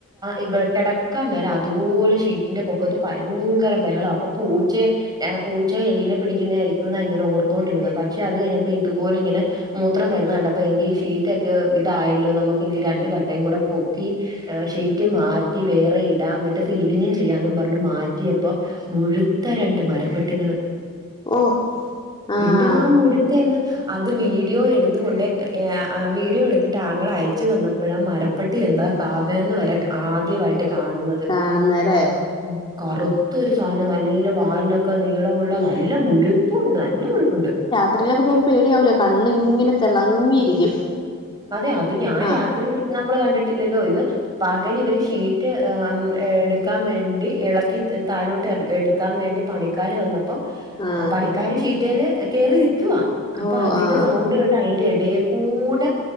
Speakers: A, on the right (about 20°); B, on the left (about 20°).
A: ഇവി കിടക്കാൻ മേല അതുപോലെ ഷീറ്റിന്റെ പൊക്കത്ത് ഭയങ്കര ബഹളം അപ്പൊ പൂച്ചെ പൂച്ചോ എലീനെ പിടിക്കുന്നതായിരിക്കന്ന് അ ഇങ്ങനെ ഓർത്തോണ്ടിരുന്ന പക്ഷെ അത് കഴിഞ്ഞപ്പോ ഇതുപല ഇങ്ങനെ മൂത്രം വരുന്നുണ്ട് കണ്ടപ്പോ എങ്കി ഷീറ്റൊക്കെ ഇതായല്ലോ നമുക്കെങ്കിരണ്ട കട്ടയും കൂടെ പൊക്കി ഷീറ്റ് മാറ്റി വേറെ ഇടാം എന്നിട്ട് സീലിങ്ങും ചെയ്യാന് പറഞ്ഞു മാറ്റിയപ്പോ മുഴുത്ത രണ്ട് മരപ്പട്ടികള്
B: ഓ ആഹ്
A: പിന്നെ ആ മുഴു അത് വീഡിയോ എടുത്തൊണ്ട വീഡിയോ എടുത്തിട്ടാണ് ഞങ്ങൾ അയച്ചു തന്നപ്പോഴ മരപ്പെട്ടി എന്താ <unintelligible> ആദ്യവായിട്ട് കാണുന്നത്
B: കാണുന്നല്ലേ
A: ഉ കറുത്ത ഒരു സാധനം നല്ല വാലിനൊക്കെ നീളമുള്ള
B: ഉം
A: നല്ല മുഴുപ്പുണ്ട് നല്ല മുഴുപ്പുണ്ട്
B: അത്രയിലൊക്കെ പോകുമ്പോ പേടിയാവൂലോ കണ്ണു ഇങ്ങനെ തിളങ്ങിയിരിക്കും
A: അതെ അത് ഞാൻ
B: ആഹ്
A: രാത്രി നമ്മൾ കണ്ടിട്ടില്ലല്ലോ ഇത് പകൽ ഇവര് ഷീറ്റ് എടുക്കാൻ വേണ്ടി ഇളക്കി താഴോട്ട് എ ക്കാൻ വേണ്ടി പണിക്കാര് വന്ന പ്പ
B: ആഹ്
A: പണിക്കര് ഷീട്ടെല് കേറി നിൽക്കവാ അപ്പൊ
B: ഓ
A: അതിന്റെ
B: ആഹ്
A: സൗണ്ട് കേട്ട് അതിൻ്റെ എടെ കൂട